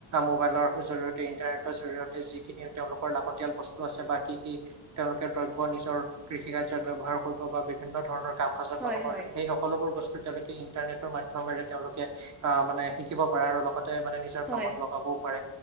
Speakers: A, on the right; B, in the centre.
A: মোবাইলৰ জৰিয়তে ইন্টাৰনেটৰ জৰিয়তে যিখিনি তেওঁলোকৰ লাগতিয়াল বস্তু আছে বা কি -কি তেওঁলোকে দ্ৰব্য নিজৰ কৃষি কাৰ্য্যত ব্যৱহাৰ কৰিব বা বিভিন্ন ধৰণৰ কাম কাজত
B: হয়
A: বা কবৰ
B: হয়
A: <unintelligible> বস্তুল ইন্টাৰনেটৰ মাধ্যমেৰে তেওঁলোকে আহ মানে শিকিব পাৰে আৰু লগতে তে মানে নিজৰ
B: হয়
A: কামত লগাবও পাৰে